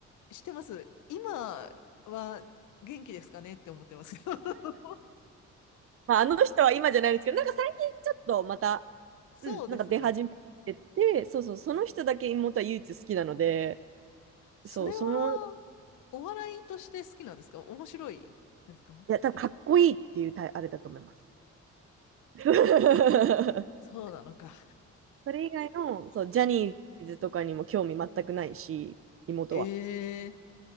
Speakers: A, on the left; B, on the right.
A: してます。今は元気ですかねって思ってますけど。<laughs>
B: まあ、あの人は今じゃないですけど、なんか最近ちょっとまた、
A: そうですね。
B: うん、なんか出始めてて、そうそう、その人だけ妹は唯一好きなので、
A: それは、
B: そう、その、い
A: お笑いとして好きなんですか面白いですか
B: や、多分かっこいいっていうタイあれだと思います。<laughs>
A: そうなのか。
B: それ以外の、そう、ジャニーズとかにも興味全くないし、妹は。
A: え